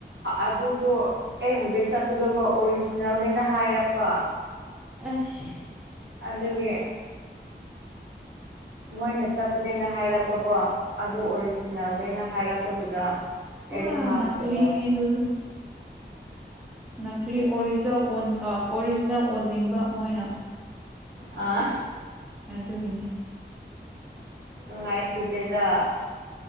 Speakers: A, on the right (about 75°); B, in the centre.
A: ꯑꯗꯨꯗꯣ ꯑꯦ ꯍꯧꯖꯤꯛ ꯆꯠ ꯑꯗꯨꯒ ꯑꯣꯔꯤꯖꯤꯅꯦꯜꯅꯦꯅ ꯍꯥꯏꯔꯛꯄ
B: ꯑꯁ
A: ꯑꯗꯨꯒꯤ ꯃꯣꯏꯅ ꯆꯠꯄꯗꯒꯤꯩꯅ ꯍꯥꯏꯔꯛꯄꯀꯣ ꯑꯗꯨ ꯑꯣꯔꯤꯖꯤꯅꯦꯜꯗꯩꯅ ꯍꯥꯏꯔꯛꯄꯗꯨꯗ
B: ꯄꯨꯔ
A: ꯑꯩꯗꯣ ꯉꯛꯈ꯭ꯔꯦꯕ
B: ꯅꯀꯂꯤꯅꯤ ꯑꯗꯨꯗꯣ ꯅꯥꯛꯂꯤ ꯑꯣꯔꯤꯖꯤꯅꯦꯜ ꯑꯣꯔꯤꯖꯤꯅꯦꯜ ꯑꯣꯟꯅꯤꯡꯕ ꯃꯣꯏꯅ
A: ꯑ
B: ꯑꯗꯨꯒꯤꯅꯦ
A: ꯅꯨꯉꯥꯏ ꯀꯤꯗꯦꯗ